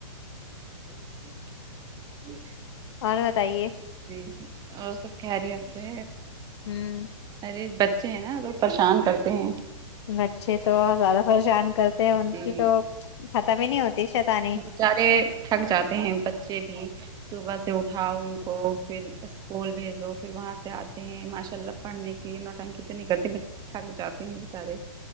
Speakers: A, on the right; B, on the left.
A: <inaudible> جی
B: اور بتائیے
A: جی اور سب کہریی سے
B: ہوں
A: ارے بچے ہیں نا لوگ پریشان کرتے ہیں
B: بچے تو زیادہ پریشان کرتے ہیں ان
A: جی
B: کی تو ختم ہی نہیں ہوتی شیطانی
A: بچارے تھک جاتے ہیں بچے بھی صبح سے اٹھاؤ ان کو پھر اسکول بھیجو پھر وہاں سے آتے ہیں ماشاء اللہ پڑھنے کے یہنا ٹائم کت تو نہیں کرتی ب تھک جاتے ہیں بچارے